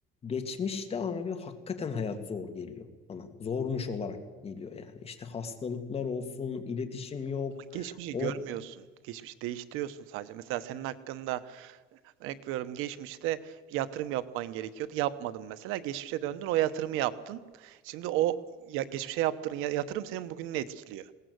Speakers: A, on the left (about 30°); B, on the right (about 85°).
A: geçmişte abi hakikaten hayat zor geliyor bana. Zormuş olarak geliyor yani. İşte hastalıklar olsun, iletişim yok.
B: Geçmişi
A: Or
B: görmüyorsun. Geçmişi değiştiriyorsun sadece. Mesela senin hakkında örnek veriyorum geçmişte bir yatırım yapman gerekiyordu. Yapmadın mesela. Geçmişe döndün o yatırımı yaptın. Şimdi o ya, geçmişe yaptığın ya- yatırım senin bugününü etkiliyor.